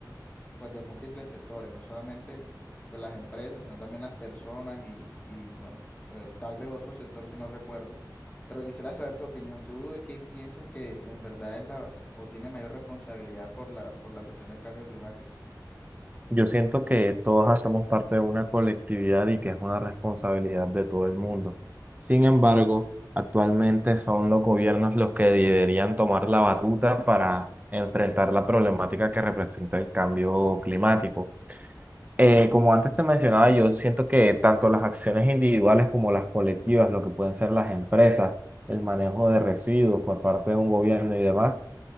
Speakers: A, on the left; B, on the right.
A: pues de múltiples sectores, no solamente pues las empresas, sino también las personas y, y, bueno, eh, tal vez otro sector que no recuerdo, pero quisiera saber tu opinión. ¿Tú de quién piensas que en verdad es la o tiene mayor responsabilidad por la por la cuestión del cambio climático?
B: Yo siento que todos hacemos parte de una colectividad y que es una responsabilidad de todo el mundo. Sin embargo, actualmente son los gobiernos los que deberían tomar la batuta para enfrentar la problemática que representa el cambio climático. Eh, como antes te mencionaba, yo siento que tanto las acciones individuales como las colectivas, lo que pueden ser las empresas, el manejo de residuos por parte de un gobierno y demás,